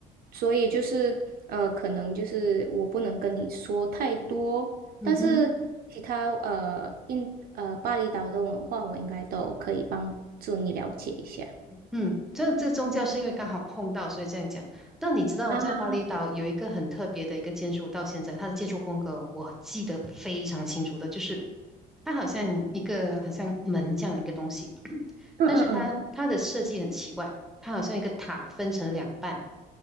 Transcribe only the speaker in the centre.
嗯哼。
嗯，这这宗教是因为刚好碰到，所以这样讲。那你知道在巴厘岛有一个很特别的一个建筑，
到现在它的建筑风格我记得非常清楚的，就是它好像一个好像门这样的一个东西，
但是它它的设计很奇怪，它好像一个塔分成两半